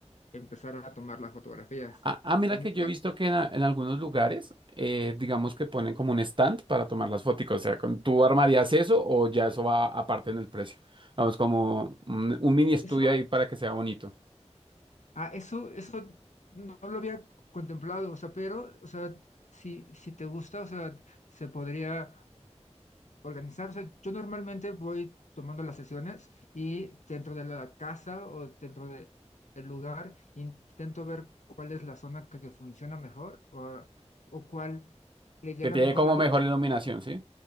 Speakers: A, on the left; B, on the right.
A: empezar a tomar las fotografías.
B: Ah, ah, mira
A: Y me
B: que
A: encargo-
B: yo he visto que en, a- en algunos lugares, eh, digamos que ponen como un stand para tomar las fotos. O sea, con- ¿tú armarías eso o ya eso va aparte en el precio? Vamos, como un, un mini estudio
A: eso,
B: ahí para que sea bonito.
A: ah, eso, eso no lo había contemplado, o sea, pero, o sea, si, si te gusta, o sea, se podría organizar. O sea, yo normalmente voy tomando las sesiones y dentro de la casa o dentro de el lugar intento ver cuál es la zona que, que funciona mejor o, o cuál le llega
B: Que tiene
A: mejor
B: como
A: la luz.
B: mejor iluminación, ¿sí?